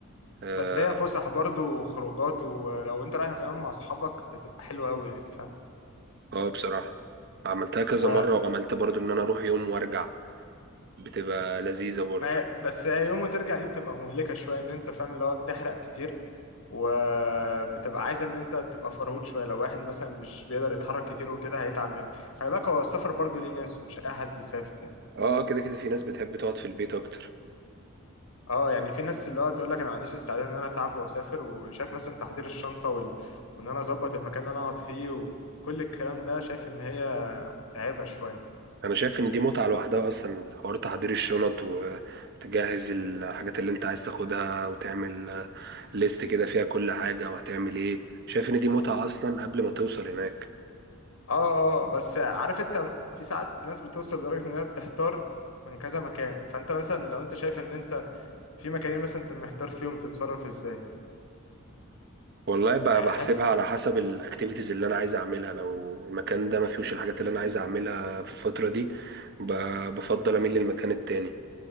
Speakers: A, on the right; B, on the left.
A: اه
B: بس هي فسح برضه وخروجات ولو انت رايح كمان مع اصحابك بتبقى حلوه قوي يعني فاهم
A: آه، بصراحه عملتها كذا
B: و
A: مره وعملت برضو ان انا اروح يوم وارجع بتبقى لذيذه برضو
B: ما هي- بس هي يوم ما ترجع دي بتبقى مهلكه شويه ان انت فاهم اللي هو بتحرق كتير وبتبقى عايز ان انت تبقى فرهود شويه لو واحد مثلا مش بيقدر يتحرك كتير وكده هيتعب منك خلي بالك هو السفر برضه ليه ناس ومش اي حد يسافر يعني
A: اه آه، كده كده في ناس بتحب تقعد في البيت اكتر
B: اه يعني في ناس اللي هو تقول لك انا ما عنديش استعداد ان انا اتعب واسافر وشايف مثلا تحضير الشنطه وال... وان انا اظبط المكان اللي انا اقعد فيه و... وكل الكلام ده شايف ان هي متعبه شويه
A: انا شايف ان دي متعة لوحدها اصلا حوار تحضير الشنط وتجهز الحاجات اللي انت عايز تاخدها وتعمل ليست كده فيها كل حاجة وهتعمل ايه شايف ان دي متعة اصلا قبل ما توصل هناك
B: اه اه آه، بس عارف انت في ساعات ناس بتوصل لدرجة ان هي بتحتار من كذا مكان فانت مثلا لو انت شايف ان انت في مكانين مثلا انت محتار فيهم تتصرف ازاي
A: والله بقى
B: يعني
A: بحسبها
B: حاسس
A: على حسب الاكتيفيتيز اللي انا عايز اعملها لو المكان ده ما فيهوش الحاجات اللي انا عايز اعملها في الفترة دي ب- بفضل اميل للمكان التاني